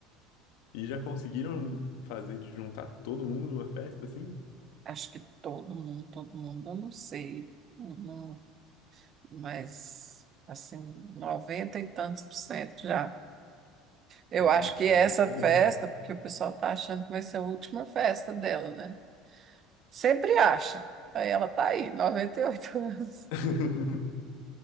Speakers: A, on the left (about 75°); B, on the right (about 30°).
A: E já conseguiram fazer de juntar todo mundo numa festa assim?
B: Acho que todo mundo, todo mundo, eu não sei. Não- mas, assim, 90 e tantos por cento já. Eu
A: Nossa,
B: acho que essa
A: é muita
B: festa,
A: gente.
B: porque o pessoal tá achando que vai ser a última festa dela, né? Sempre acha. Aí ela tá aí, 98 <laughs> anos.
A: <laughs>